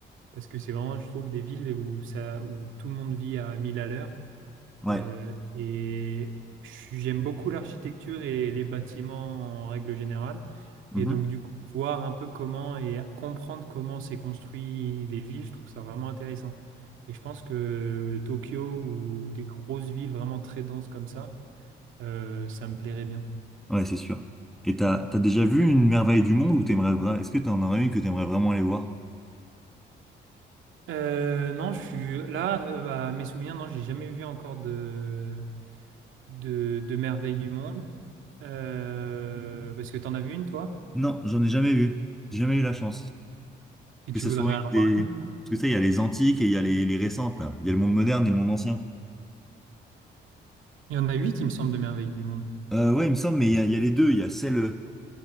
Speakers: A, on the right (about 80°); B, in the centre.
A: parce que c'est vraiment, je trouve, des villes où ça où tout le monde vit à 1000 à l'heure.
B: Ouais.
A: Euh, et je suis- j'aime beaucoup l'architecture et les bâtiments en règle générale.
B: Mhm.
A: Et donc, du coup, voir un peu comment et comprendre comment s'est construit les villes, je trouve ça vraiment intéressant. Et je pense que Tokyo ou des grosses villes vraiment très denses comme ça, euh, ça me plairait bien.
B: Ouais, c'est sûr. Et t'as, t'as déjà vu une merveille du monde ou t'aimerais vraiment, est-ce que t'en aurais une que t'aimerais vraiment aller voir?
A: Euh, non, je suis là, euh, bah, mes souvenirs, non, j'ai jamais vu encore de, de, de merveilles du monde. Euh, parce que t'en as vu une, toi?
B: Non, j'en ai jamais vu. J'ai Jamais eu la chance.
A: Et
B: Que
A: tu
B: ce
A: voudrais
B: soit une
A: en
B: des,
A: voir
B: parce que tu sais, il y a les antiques et il y a les, les récentes, là. Il y a le monde moderne et le monde ancien.
A: Il y en a huit, il me semble, de merveilles du monde.
B: Euh, ouais, il me semble, mais il y a, il y a les deux. Il y a celle, euh,